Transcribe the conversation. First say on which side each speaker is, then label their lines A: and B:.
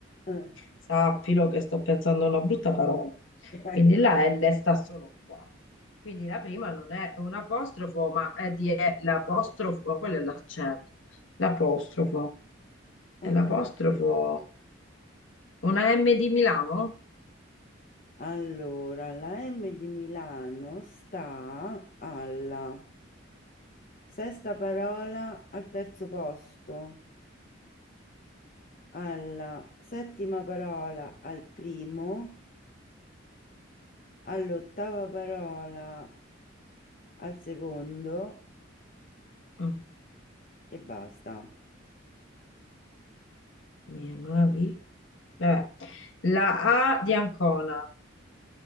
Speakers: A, on the left; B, on the left.
A: Eh.
B: Sappilo che sto pensando a una brutta parola.
A: <laughs>
B: Quindi la L sta solo qua. Quindi la prima non è un apostrofo, ma è di è l'apostrofo, ma quello è l'accento. L'apostrofo.
A: Eh.
B: È l'apostrofo. Una M di Milano?
A: Allora, la M di Milano sta alla sesta parola al terzo posto, alla settima parola al primo, all'ottava parola al secondo
B: Mm.
A: e basta.
B: Mi amavi? Vabbè. La A di Ancona.